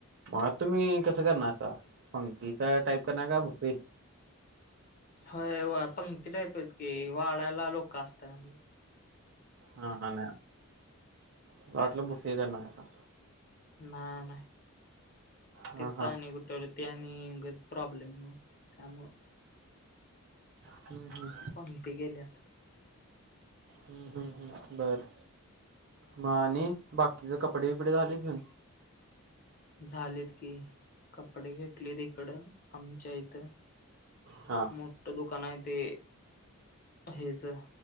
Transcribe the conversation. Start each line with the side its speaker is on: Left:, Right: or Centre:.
Right: मग आता तुम्ही कसं करणारसा पंक्ती का टाईप करणार का बुफे?
Left: होय पंक्ती टाईपच की, वाडायला लोक असत्यात.
Right: हा हा. नाही मला वाटलं बुफे करनार हायसा.
Left: नाय नाय
Right: हा
Left: तिथं
Right: हा
Left: आणि कु तरी ते आणि उगच प्रॉब्लेम त्यामुळं
Right: हम्म हम्म
Left: पंक्ती गेल्यात.
Right: हम्म हम्म हम्म बरं. म आणि बाकीचे कपडे बिपडे झालेत घेऊन?
Left: झालेत की कपडे घेतलेत इकडं आमच्या इथं.
Right: हा
Left: मोठं दुकान आहे ते हेजा